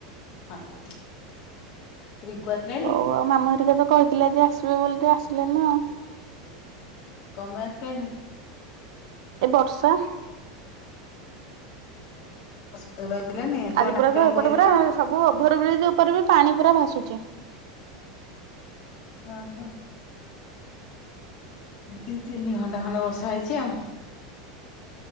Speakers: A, on the left; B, on the right.
A: ଆଉ କଁ ରିଙ୍କୁ ଆସିଲାଣିି?
B: ହଉ ଆଉ ମାମୁଁ ହେରିକା ତ କହିଥିଲେ ଯେ ଆସିବେ ବୋଲି ତୁ ଆସିଲୁନୁ ଆଉ।
A: କଣ ପାଇଁ ଆସିଲେନି?
B: ଏ ବର୍ଷା।
A: ଔଷଧ ପାଇିଲାନି
B: ଆଜି
A: ତମେ
B: ପୁରା
A: ଡାକ୍ତରଙ୍କୁ
B: ତ ଏପଟେ
A: କହିଥିଲ।
B: ପୁରା ସବୁ ଓଭର ବ୍ରିଜ୍ ଉପରେ ବି ପାଣି ପୁରା ଭାସୁଛି।
A: ହଁ ହ। ଦି ତିନି ଘଣ୍ଟା ଖଣ୍ଡେ ବର୍ଷା ହେଇଛି ଆଉ।